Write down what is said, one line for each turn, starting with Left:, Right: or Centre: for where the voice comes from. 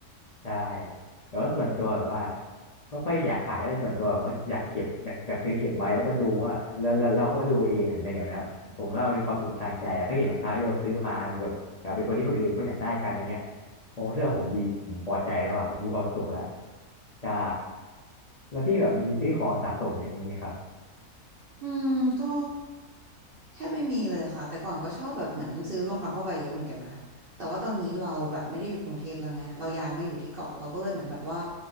Left: ใช่แต่ว่าส่วนตัวแบบว่าไม่ค่อยอยากขายแล้วแต่ส่วนตัวแบบว่าอยากเก็บอยากอยากซื้อเก็บไว้แล้วก็ดูว่าแล้วแล้วเราก็ดูเองอะไรอย่างเงี้ยครับผมว่ามันเป็นความสุขทางใจอะก็เห็นรองเท้าที่เราซื้อมาเป็นแบบแบบเป็นตัวที่คนอื่นเขาอยากได้กันอะไรเงี้ยผมเลือกผมดีผมพอใจแล้วอะผมมีความสุขแล้วใช่แล้วพี่แบบมีซื้อของสะสมอย่างนี้ไหมครับ
Right: อืมก็แทบไม่มีเลยค่ะแต่ก่อนก็ชอบแบบเหมือนซื้อรองเท้าผ้าใบเยอะเหมือนกันนะแต่ว่าตอนนี้เราแบบไม่ได้อยู่กรุงเทพแล้วไงเราย้ายมาอยู่ที่เกาะเราก็เลยเหมือนแบบว่า